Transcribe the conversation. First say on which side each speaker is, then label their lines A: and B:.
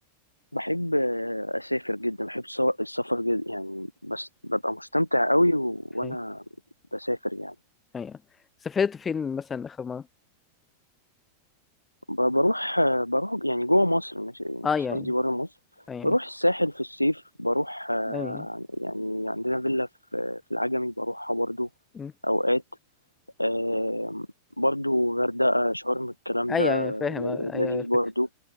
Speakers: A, on the left; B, on the left.
A: بحب آه، اسافر جدا بحب السو- السفر جدا يعني بس ببقى مستمتع قوي و... وانا
B: ايوه
A: بسافر يعني
B: أيوة. سافرت فين مثلا اخر مره
A: ب- بروح آه، بروح يعني جوه مصر مش
B: اه
A: مش
B: يعني
A: قصدي بره مصر
B: ايوه
A: بروح الساحل في الصيف بروح آه،
B: ايوه
A: يعني عندنا فيلا في في العجمي بروحها برضو
B: م.
A: اوقات آم، برضو غردقة شرم الكلام
B: ايوه
A: ده
B: ايوه فاهم
A: ل-
B: ايوه أيوة،
A: لذيذ
B: الفكره
A: برضو